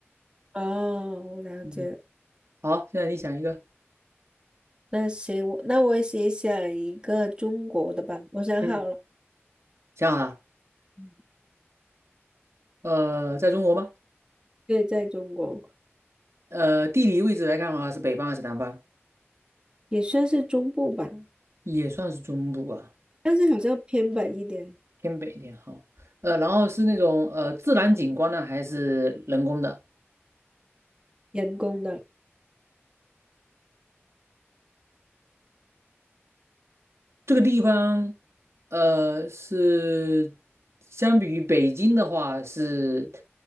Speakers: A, on the right; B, on the right.
A: 哦，我了解了
B: 嗯，好，现在你想一个，
A: 那行，我那我也写想一个中国的吧，我想好了，
B: 嗯，想好了？
A: 嗯
B: 呃，在中国吗？
A: 对，在中国
B: 呃，地理位置来看的话，是北方还是南方？
A: 也算是中部吧，
B: 也算是中部吧，
A: 但是好像偏北一点，
B: 偏北一点。好，呃，然后是那种呃自然景观呢，还是人工的？
A: 人工的。
B: 这个地方，呃，是相比于北京的话，是